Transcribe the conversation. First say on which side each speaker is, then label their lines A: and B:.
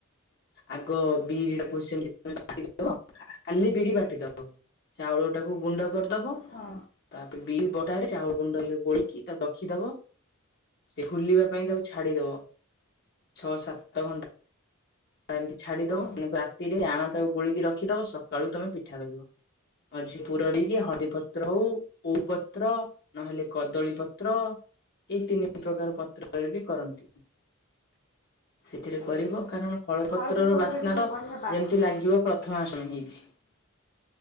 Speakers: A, on the left (about 50°); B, on the left (about 35°).
A: ଆଗ ବିରି ଟା କୁ ସେମତି ବାଟି ଦବ। <inaudible> କାଲି ବିରି ବାଟିଦବ। ଚାଉଳଟାକୁ ଗୁଣ୍ଡ କରିଦବ
B: ହଁ
A: ତାପରେ ବିରି ବଟାରେ ଚାଉଳ ଗୁଣ୍ଡ ଗୋଳକି ତାକୁ ରଖିଦବ ସେ ଫୁଲିବା ପାଇଁ ତାକୁ ଛାଡିଦବ, ଛଅ ସାତ ଘ ଏମିତି ଛାଡ଼ିଦବ,
B: ହଁ
A: ରାତିରେ ଆଣଟାକୁ ଗୋଳିକି ରଖିଦବ, ସକାଳୁ ତମେ ପିଠା କରିବ। ମଝିରେ ପୁରଦେଇକି ହଳଦୀ ପତ୍ର ହଉ କୁ ପତ୍ର ନହେଲେ କଦଳୀ ପତ୍ର, ଏଇ ତିନି ପ୍ରକାର ପତ୍ରରେ ବି କରନ୍ତି। ସେଥିରେ କରିବ, କାରଣ ହଳପତ୍ରର
B: ହଳଦୀ ପତ୍ର
A: ବାସ୍ନା
B: ଟିକେ ବଢ଼ିଆ ବାସେ
A: ଯେମିତି ଲାଗିବ ପ୍ରଥମା ଅଷ୍ଟମୀ ହେଇଛି।